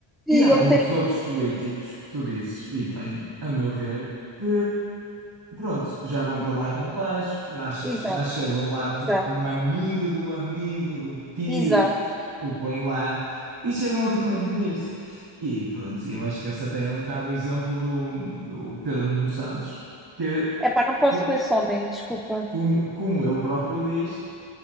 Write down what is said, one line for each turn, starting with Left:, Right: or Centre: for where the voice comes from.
Centre: ele
Right: E há muitos
Centre: tem.
Right: outros políticos que tu dizes, e bem, a meu ver, que pronto, já vão para lá com tachos, já, che-
Centre: Exato,
Right: já chegam lá porque
Centre: exato,
Right: um amigo do amigo do tio
Centre: exato.
Right: o põe lá e chegam a primeiro-ministro. E pronto, eu acho que esse até é um bocado o exemplo do, do Pedro Nuno Santos, que,
Centre: É pá, não posso
Right: co-
Centre: com esse homem, desculpa.
Right: como, como ele próprio diz.